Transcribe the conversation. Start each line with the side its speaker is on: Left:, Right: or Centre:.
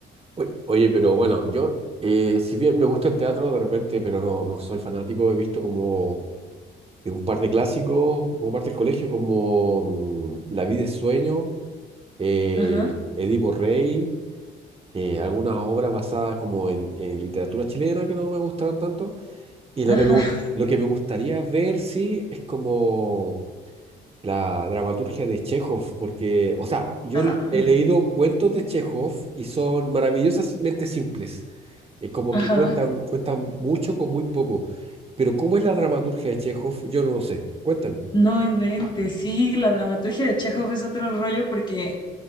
Right: Oy- Oye, pero bueno, yo, eh, si bien me gusta el teatro de repente, pero no, no soy fanático, he visto como eh, un par de clásicos, como parte del colegio, como mm, La vida es sueño, eh,
Left: Ajá.
Right: Edipo Rey, eh, algunas obras basadas como en, en literatura chilena que no me gustaron tanto. Y lo
Left: Ajá.
Right: que me, gust- lo que me gustaría ver, sí, es como la dramaturgia de Chekhov, porque, o sea, yo
Left: Ah,
Right: he leído cuentos de Chekhov y son maravillosamente simples. Eh, como
Left: ajá.
Right: que cuentan, cuentan mucho con muy poco. Pero ¿cómo es la dramaturgia de Chekhov? Yo no lo sé. Cuéntame.
Left: No inventes. Sí, la dramaturgia de Chekhov es otro rollo porque